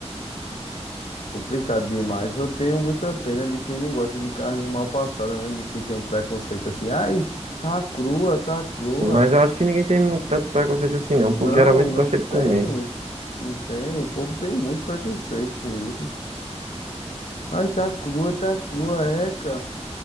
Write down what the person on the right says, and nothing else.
sim, mas eu acho que ninguém tem muito, tanto preconceito assim, não. O povo
geralmente
gosta de comer.